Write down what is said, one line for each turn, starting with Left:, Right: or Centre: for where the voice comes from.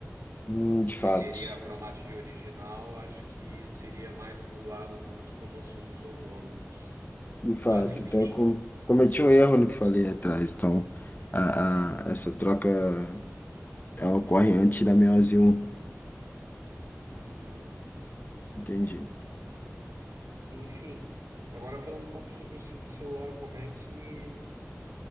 Left: Hum,
Right: do
Left: de fato.
Right: que seria a cromátide original, acho que seria mais pro lado dos cromossomos homólogos.
Left: De fato,
Right: Mas enfim,
Left: então eu co- cometi um erro no que falei atrás. Então, a, a- essa troca ela ocorre antes da meiose um
Right: uhum,
Left: Entendi.
Right: enfim. Agora falando um pouco sobre o ciclo celular, como é que,